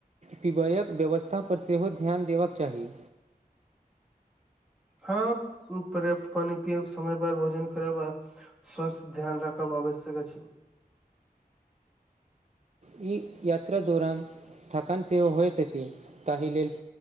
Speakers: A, on the right; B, in the centre.
A: पिबयके व्यवस्थापर सेहो ध्यान देबाक चाही।
B: हँ, पर्याप्त पानि पिब, समयपर भोजन करब आ। स्वस्थ पर ध्यान राखब आवश्यक अछि।
A: ई यात्रा दौरान थकान सेहो होइ छै, ताहि लेल।